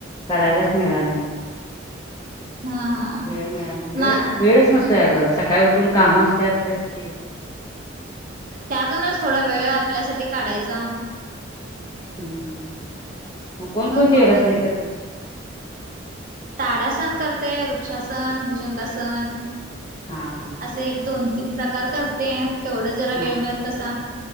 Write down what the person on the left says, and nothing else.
करायलाच मिळाल नई.
वेळ मिळा, वेळ
नई, वेळच नसतोय आगं. सकाळी उट न् कामं असत्यात त्याची.
हम्-हम्, म कोनकोनती
योगासनी करत्यात?
हा हा.
हा